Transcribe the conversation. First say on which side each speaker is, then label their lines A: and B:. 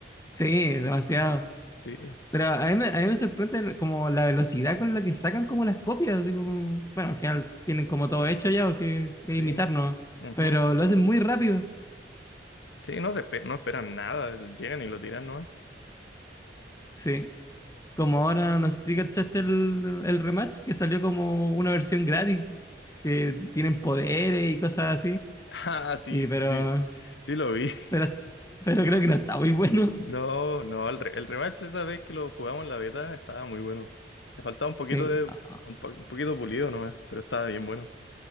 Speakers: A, on the left; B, on the left.
A: Sí, demasiado.
B: Sí,
A: Pero a mí, me, a mí me sorprende como la velocidad con la que sacan como las copias. así como- bueno, al final tienen como todo hecho ya, o si es
B: sí.
A: imitarnos,
B: ujú.
A: pero lo hacen muy rápido.
B: Sí, no se espe- no esperan nada, llegan y lo tiran, ¿no?
A: Sí. Como ahora, no sé si cachaste el, el rematch, que salió como una versión gratis, que tienen poderes y cosas así.
B: <laughs> Ah, sí,
A: Y pero,
B: sí, sí, sí lo vi. <laughs>
A: pero, pero creo que no está muy bueno.
B: No, no, el, re- el rematch esa vez que lo jugamos en la beta estaba muy bueno. Le faltaba un poquito
A: Sí.
B: de,
A: Ah, ah.
B: un, po- un poquito pulido nomás, pero estaba bien bueno.